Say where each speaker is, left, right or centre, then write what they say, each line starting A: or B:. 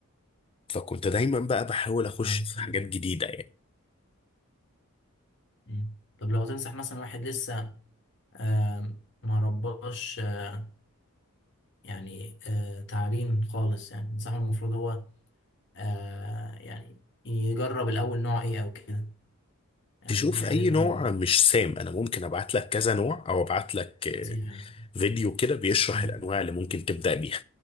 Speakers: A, on the left; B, on the left.
A: فكنت دايما بقى بحاول اخش
B: أيوة.
A: في حاجات جديدة يعني
B: مم. طب لو تنصح مثلا واحد لسه آم، ما رباش آه، يعني آه، تعابين خالص يعني تنصحه المفروض هو آه، يعني يجرب الأول نوع إيه أو كده يعني
A: تشوف
B: دي خليها
A: اي
B: تكون
A: نوع مش سام انا ممكن ابعت لك كذا نوع او ابعت لك
B: نصيحة يعني
A: فيديو كده بيشرح
B: مم.
A: الانواع اللي ممكن تبدا بيها